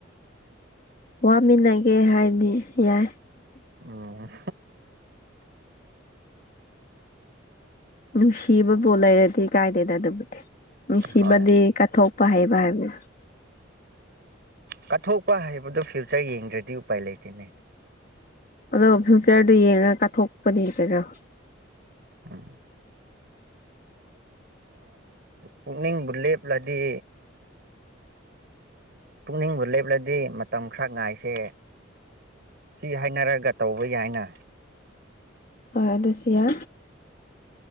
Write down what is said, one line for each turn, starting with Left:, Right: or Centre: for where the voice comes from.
Left: ꯋꯥꯃꯤꯟꯅꯒꯦ ꯍꯥꯏꯗꯤ ꯌꯥꯏ
Right: ꯎꯝ <inaudible>
Left: ꯅꯨꯡꯁꯤꯕꯕꯨ ꯂꯩꯔꯗꯤ ꯀꯥꯏꯗꯦꯗ ꯑꯗꯨꯕꯨꯗꯤ ꯅꯨꯡꯁꯤꯕꯗꯤ
Right: ꯍꯣꯏ
Left: ꯀꯠꯊꯣꯛꯄ ꯍꯩꯕ ꯍꯥꯏꯕꯅꯦ
Right: ꯀꯠꯊꯣꯛꯄ ꯍꯥꯏꯕꯗꯨꯣ ꯐ꯭ꯌꯨꯆꯔ ꯌꯦꯡꯗ꯭ꯔꯗꯤ ꯎꯄꯥꯏ ꯂꯩꯇꯦꯅꯦ
Left: ꯑꯗꯣ ꯐ꯭ꯌꯨꯆꯔꯗꯨ ꯌꯦꯡꯉꯒ ꯀꯥꯊꯣꯛꯄꯅꯦ ꯀꯩꯗꯔꯣ
Right: ꯎꯝ ꯄꯨꯛꯅꯤꯡꯕꯨ ꯂꯦꯞꯂꯗꯤ ꯄꯨꯛꯅꯤꯡꯕꯨ ꯂꯦꯞꯂꯗꯤ ꯃꯇꯝ ꯈꯔ ꯉꯥꯏꯁꯦ ꯁꯤ ꯍꯥꯏꯅꯔꯒ ꯇꯧꯕ ꯌꯥꯏꯅ
Left: ꯍꯣꯏ ꯑꯗꯨꯁꯨ ꯌꯥ